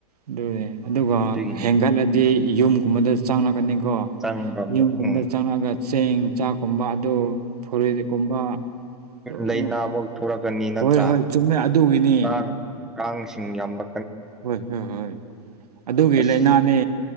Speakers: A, on the right; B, in the centre.
A: ꯑꯗꯨꯅꯦ ꯑꯗꯨꯒ
B: ꯑꯗꯨꯒꯤꯅꯤ
A: ꯍꯦꯟꯒꯠꯂꯗꯤ
B: ꯎꯝ
A: ꯌꯨꯝꯒꯨꯝꯕꯗ ꯆꯪꯂꯛꯀꯅꯤꯀꯣ
B: ꯆꯪꯕ ꯑꯃꯨꯛ
A: ꯌꯨꯝꯒꯨꯝꯕꯗ
B: ꯎꯝ
A: ꯆꯪꯂꯛꯑꯒ ꯆꯦꯡ ꯆꯥꯛꯀꯨꯝꯕ ꯑꯗꯨ ꯐꯨꯔꯤꯠꯀꯨꯝꯕ ꯂꯣꯏꯅꯃꯛ
B: ꯂꯥꯏꯅꯥ ꯑꯃꯨꯛ ꯊꯣꯛꯂꯛꯀꯅꯤ ꯅꯠꯇ꯭ꯔꯥ
A: ꯍꯣꯏ ꯍꯣꯏ ꯆꯨꯝꯃꯦ ꯑꯗꯨꯒꯤꯅꯤ
B: ꯀꯥꯡ ꯀꯥꯡꯁꯤꯡ ꯌꯥꯝꯕ
A: ꯍꯣꯏ ꯍꯣꯏ ꯍꯣꯏ ꯑꯗꯨꯒꯤ
B: ꯑꯁ
A: ꯂꯥꯏꯅꯥꯅꯦ